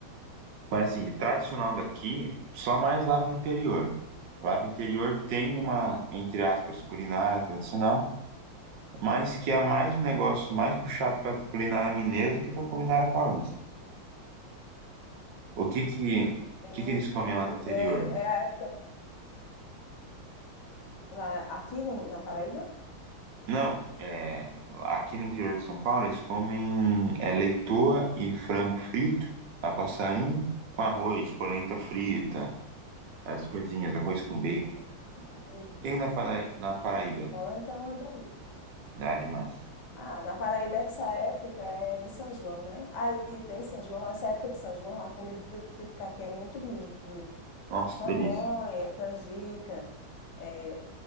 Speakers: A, on the right (about 65°); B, on the left (about 65°).
A: Mas assim, de tradicional daqui, só mais lá pro interior. Lá pro interior tem uma, entre aspas, culinária tradicional, mas que é mais um negócio mais puxado pra culinária mineira do que pra culinária paulista. O que que,
B: Eu,
A: o que que eles comem
B: eu,
A: lá no interior?
B: é, é a época lá aqui no, na Paraíba?
A: Não, é, aqui no interior de São Paulo eles comem é, leitoa e frango frito a passarinho com arroz, polenta frita, as coisinhas, arroz com bacon.
B: Que delícia.
A: E aí na, Para- na Paraíba?
B: Polenta é uma delícia.
A: Ah, demais.
B: Ah, na Paraíba essa época é de São João, né? Aí tem São João, essa época de São João, a comida típica aqui é muito milho,
A: Nossa,
B: pamonha,
A: delícia.
B: canjica, é,